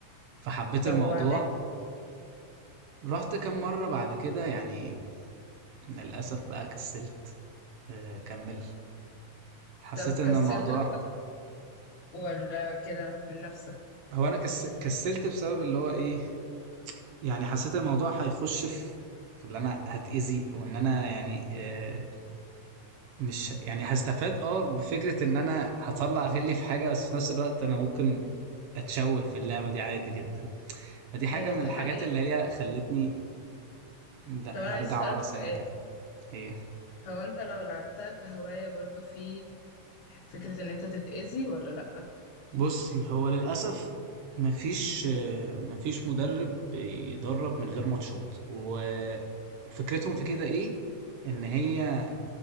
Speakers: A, on the right; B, on the left.
A: فحبيت
B: طب
A: الموضوع
B: وبعدين
A: رحت كم مرة بعد كده يعني للأسف بقى كسلت آه، كمل حسيت
B: طب كسلت
A: ان الموضوع
B: بسبب ولا كده من نفسك
A: هو انا كس... كسلت بسبب اللي هو ايه يعني حسيت الموضوع هيخش في في اللي انا هتأذي وان انا يعني آه، مش يعني هستفاد اه بفكرة ان انا هطلع غلي في حاجة بس في نفس الوقت انا ممكن اتشوه في اللعبة دي عادي جدا فدي حاجة
B: هي
A: من
B: دي
A: الحاجات
B: حقيقة
A: اللي هي خلتني لا
B: طب انا عايز
A: ارجع
B: اسألك
A: ورا
B: سؤال
A: سنة كده هي
B: هو انت لو لعبتها كهواية برضو في فكرة ان انت تتأذي ولا لأ
A: بصي هو للأسف مفيش آه، مفيش مدرب بيدرب من غير ماتشات و- وفكرتهم في كده ايه ان هي